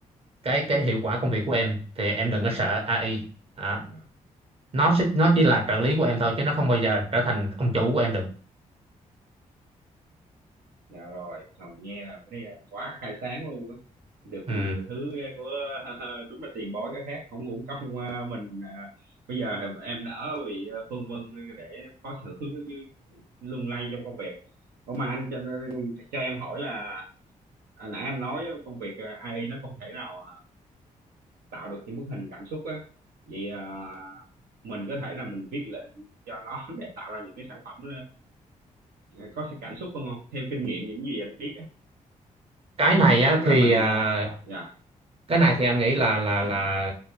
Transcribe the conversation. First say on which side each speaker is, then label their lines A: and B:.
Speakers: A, on the right (about 40°); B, on the right (about 80°).
A: cái cái hiệu quả công việc của em thì em đừng có sợ AI đó
B: dạ
A: nó sẽ nó chỉ là
B: dạ
A: trợ lý của em thôi chứ nó không bao giờ trở thành ông chủ của em được
B: dạ rồi Trời, nghe là cái này là quá khai sáng luôn á được
A: ừ.
B: nhiều thứ của <laughs> đúng là tiền bối cái khác không uổng công ờ, mình ờ, bây giờ thì em đỡ bị ờ, phân vân để khó xử lung lay trong công việc Ủa mà anh cho, cho em hỏi là à, nãy anh nói công việc à, AI nó không thể nào à, tạo được những bức hình cảm xúc á vậy à, mình có thể là mình viết lệnh cho nó <laughs> để tạo ra những cái sản phẩm ờ, có sự cảm xúc hơn không theo kinh nghiệm những gì anh biết á
A: cái này á
B: tức
A: thì
B: là mình
A: à,
B: à, dạ
A: cái này thì anh nghĩ là là là